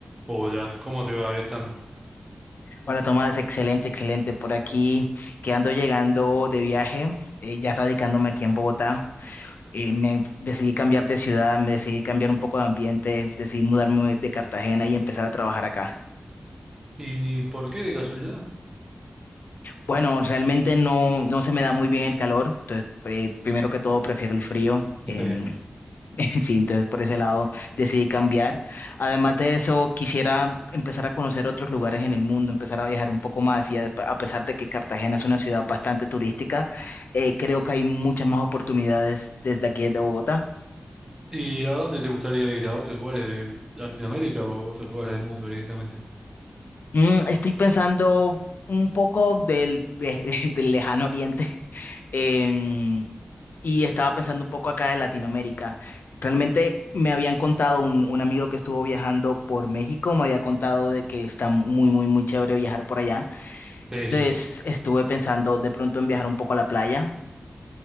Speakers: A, on the right; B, on the left.
A: Hola, ¿cómo te va, Ethan?
B: Hola Tomás, excelente, excelente por aquí, que ando llegando de viaje, eh, ya radicándome aquí en Bogotá. Eh, me decidí cambiar de ciudad, me decidí cambiar un poco de ambiente, decidí mudarme de Cartagena y empezar a trabajar acá.
A: ¿Y por qué de casualidad?
B: Bueno, realmente no, no se me da muy bien el calor, entonces eh, primero que todo prefiero el frío. Em,
A: Sí.
B: <laughs> Sí, entonces por ese lado decidí cambiar. Además de eso, quisiera empezar a conocer otros lugares en el mundo, empezar a viajar un poco más y a, a pesar de que Cartagena es una ciudad bastante turística, eh, creo que hay muchas más oportunidades desde aquí, desde Bogotá.
A: ¿Y a dónde te gustaría ir? ¿A otros lugares de Latinoamérica o a otros lugares del mundo directamente?
B: Mm, estoy pensando un poco del, de- <laughs> del lejano oriente. Em, y estaba pensando un poco acá de Latinoamérica. Realmente me habían contado un, un amigo que estuvo viajando por México, me había contado de que está muy, muy, muy chévere viajar por allá.
A: Sí,
B: Entonces
A: sí.
B: estuve pensando de pronto en viajar un poco a la playa.